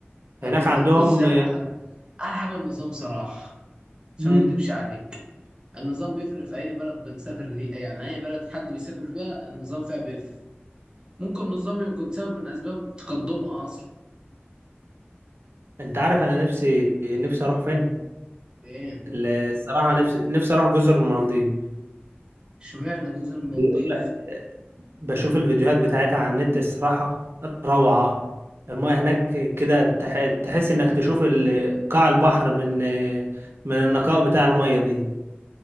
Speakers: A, on the right (about 70°); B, on the right (about 20°).
A: هناك
B: آه، بالظبط
A: عندهم
B: بص يا احلى حاجه احلى حاجه النظام صراحه عشان
A: مم.
B: ما اكدبش عليك النظام بيفرق في اي بلد بنسافر ليه يعني اي بلد حد بيسافر فيها النظام فيها بيفرق ممكن النظام يكون سبب من اسباب تقدمها اصلا
A: انت عارف انا نفسي نفسي اروح فين
B: ايه
A: ال- الصراحة نفسي نفسي اروح جزر المالديف
B: اشمعنى جزر المالديف
A: بيقول بشوف الفيديوهات بتاعتها على النت الصراحة روعة المياه هناك كده تح- تحس انك تشوف ال- قاع البحر من من النقاء بتاع المياه دي